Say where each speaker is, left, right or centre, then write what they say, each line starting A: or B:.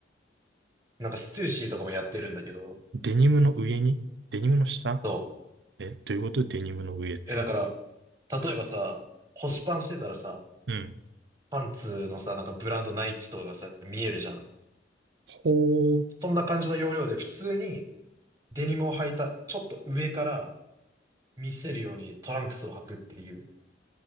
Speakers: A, on the right; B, on the right.
A: なんかステューシーとかもやってるんだけど、
B: デニムの上にデニムの下
A: そ
B: え、どういうことデニムの上って。
A: う。え、だから、例えばさ、腰パンしてたらさ、
B: うん。
A: パンツのさ、なんかブランドナイキとかがさ、見えるじゃん。
B: こう、
A: そんな感じの要領で普通にデニムを履いた、ちょっと上から見せるようにトランクスを履くっていう、